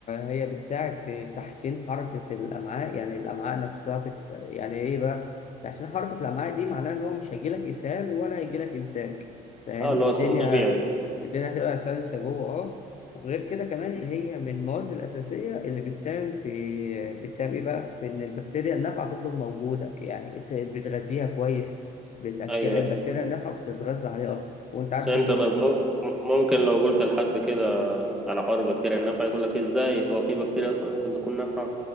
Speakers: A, on the left; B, in the centre.
A: هي بتساعد في تحسين حركة الأمعاء يعني الأمعاء نفسها بت... يعني إيه بقى تحسين حركة الأمعاء دي معناه إن هو مش هيجيلك إسهال ولا هيجيلك إمساك فاهم
B: اه اللي
A: الدنيا
B: هو تكون طبيعي
A: الدنيا هتبقى سلسة جوه أه وغير كده كمان هي من المواد الأساسية اللي بتساهم في بتساهم إيه بقى في إن البكتيريا النافعة تفضل موجودة يعني أنت بتغذيها كويس بتأكل
B: ايوه
A: البكتيريا
B: ايوه
A: النافعة بتتغذى عليها أكتر وأنت عارف
B: بس انت
A: إن
B: طيب مم- ممكن لو قلت لحد كده على حوار البكتيريا النافعة يقول لك ازاي هو في بكتيريا اصلا ممكن تكون نافعة